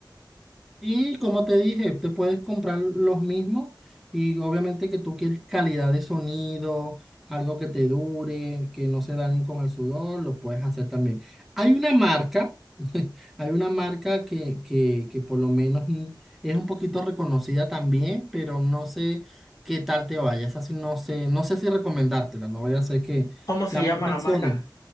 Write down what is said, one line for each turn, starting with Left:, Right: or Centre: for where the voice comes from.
Centre: Y como te dije, te puedes comprar los mismos y obviamente que tú quieres calidad de sonido, algo que te dure, que no se dañen con el sudor, lo puedes hacer también. Hay una marca, <laughs> hay una marca que, que, que por lo menos mm, es un poquito reconocida también, pero no sé qué tal te vaya. Esa sí no sé, no sé si recomendártela, no voy a hacer que
Left: ¿Cómo se
Centre: la
Left: llama
Centre: marca
Left: la marca?
Centre: Sony,